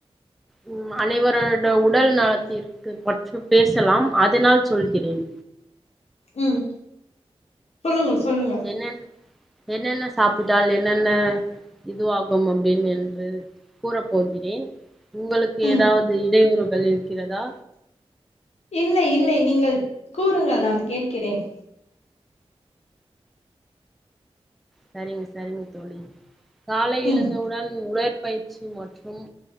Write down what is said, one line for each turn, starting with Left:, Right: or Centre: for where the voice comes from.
Centre: ம் அனைவரோட உடல் நலத்திற் பற்று பேசலாம் அதனால் சொல்கிறேன்
Left: ம் சொல்லுங்கள் சொல்லுங்க
Centre: என்ன என்னென்ன சாப்பிட்டால் என்னென்ன இதுவாகும் அப்படின் என்று கூறப்போகிறேன் உங்களுக்கு
Left: ம்
Centre: ஏதாவ்து இடையூறுகள் இருக்கிறதா
Left: இல்லை இல்லை நீங்கள் கூறுங்கள் நான் கேட்கிறேன்
Centre: சரிங்க சரிங்க தோழி காலை எழுந்தவுடன்
Left: ம்
Centre: உடன் உடற்பயிற்சி மற்றும்